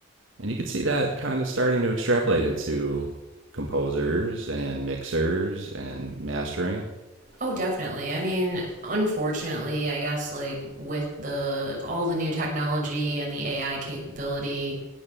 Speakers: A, on the right; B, on the right.
A: And you can see that kind of starting to extrapolate into composers and mixers and mastering.
B: Oh, definitely. I mean, unfortunately, I guess like with the all the new technology and the AI capability,